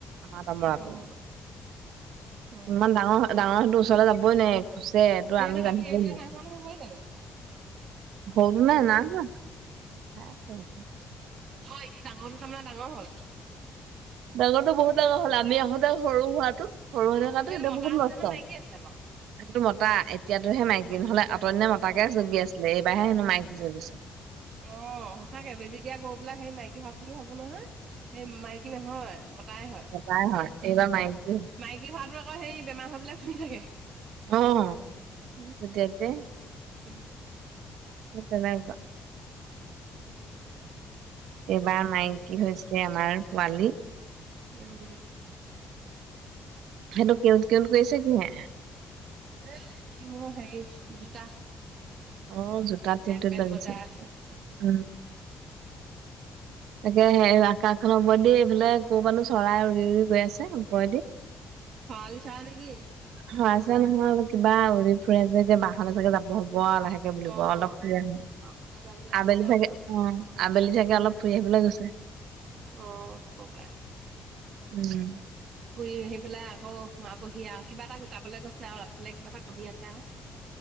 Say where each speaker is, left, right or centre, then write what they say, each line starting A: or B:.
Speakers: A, on the right (about 85°); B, on the right (about 60°).
A: আমাৰ দমৰাতো,
B: অ', অ',
A: ইমান ডাঙৰ-ডাঙৰ হয়তো ওচৰলৈ যাবই নোৱাৰি <unintelligible>
B: সিহঁতে গাখীৰ
A: বান্ধিবই
B: এৰিবলৈ নাই হোৱা নহয় জানো?
A: গৰুনে নাই হোৱা, খাই আছে
B: অ' এইটো ডাঙৰটো তাৰমানে ডাঙৰ হ'ল।
A: ডাঙৰটো বহুত ডাঙৰ হ'ল আমি আহোঁতে সৰু হোৱাতো সৰু হৈ থকাটো
B: সেইটো
A: এতিয়া
B: মতা
A: বহুত
B: আছিলে
A: মস্ত।
B: নে মাইকী আছিলে বাৰু?
A: সেইটো মতা এতিয়াতোহে মাইকী নহ'লে অতদিনে মতাকে জগি আছিলে, এইবাৰ হে হেনো মাইকী জগিছে।
B: অ' সঁচাকে বেজি দিয়া গৰুবিলাক সেই মাইকী হওক বুলি ভাবো নহয়। এই মাইকী নহয় মতাই হয়।
A: নাই হোৱা, এইবাৰ মাইকী হৈছে।
B: মাইকী হোৱাতো আকৌ সেই বেমাৰ হৈ পেলাই শুই থাকে।
A: অ'
B: উম,
A: তেতিয়াকে
B: উম।
A: সেই তেনেকুৱা।
B: উম।
A: এইবাৰ মাইকী হৈছে আমাৰ পোৱালি।
B: উম।
A: সেইটো টিওঁত-টিওঁত কৰিছে কিহে?
B: এই দি হেৰি জোতা।
A: অ' জোতাত টিওঁত-টিওঁত
B: পেট পেট
A: বাজিছে,
B: বজাই আছে।
A: উম। তাকেহে আকাশখনৰ ওপৰেদি এইবিলাক কৰ পৰানো চৰাই উৰি-উৰি গৈ আছে ওপৰেদি।
B: শেৱালি চৰাই নেকি?
A: সৰা চৰাই নহয় কিবা উৰি ফুৰে যে এতিয়া বাহলে চাগে যাব হ'ব আ লাহেকে কি বুলিব
B: অ
A: অলপ <unintelligible>
B: বাহলৈ যাবলৈ কৈছে
A: আবেলি
B: সিহঁতক
A: থাকে অ' আবেলি ছাগে অলপ ফুৰি আহিবলে গৈছে।
B: অ' হ'ব পাৰে।
A: উম।
B: ফুৰি আহি পেলাই আকৌ সোমাবহি আও, কিবা এটা গোটাবলে গৈছে আও, ৰাতিলে কিবা এটা কমি আছে আও।